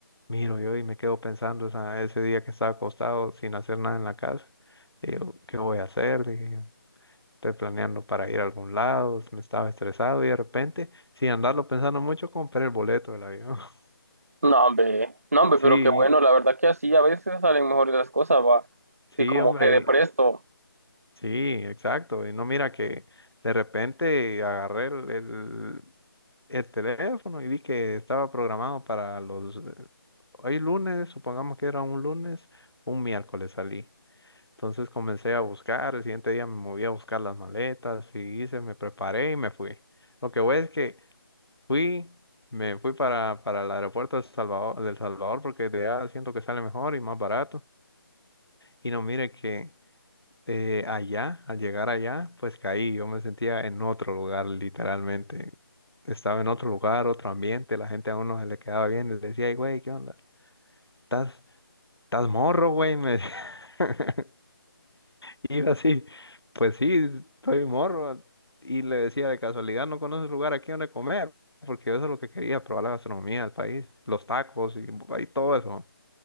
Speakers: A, on the left; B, on the right.
A: miro yo y me quedo pensando esa- ese día que estaba acostado sin hacer nada en la casa. Digo, ¿qué voy a hacer? Dije, yo, estoy planeando para ir a algún lado, me estaba estresado y de repente, sin andarlo pensando mucho, compré el boleto del avión. <laughs>
B: No, hombre, no, hombre,
A: Sí,
B: pero qué bueno, la verdad que así a veces salen mejores las cosas, va.
A: sí,
B: Sí, como
A: hombre,
B: que de presto,
A: sí, exacto. Y no mira que de repente agarré el, el, el teléfono y vi que estaba programado para los... eh, Hoy lunes, supongamos que era un lunes, un miércoles salí. Entonces comencé a buscar, el siguiente día me moví a buscar las maletas y hice, me preparé y me fui. Lo que voy es que fui, me fui para, para el aeropuerto de Salvador, del Salvador porque de allá siento que sale mejor y más barato. Y no, mire que eh, allá, al llegar allá, pues caí, yo me sentía en otro lugar literalmente. Estaba en otro lugar, otro ambiente, la gente a uno se le quedaba bien, les decía, "Ey, güey, ¿qué onda? ¿Estás, estás morro, güey? Me... decía. <laughs> Y yo así, pues sí, estoy morro. Y le decía, de casualidad, ¿no conoces lugar aquí donde comer? Porque eso es lo que quería, probar la gastronomía del país, los tacos y, y todo eso.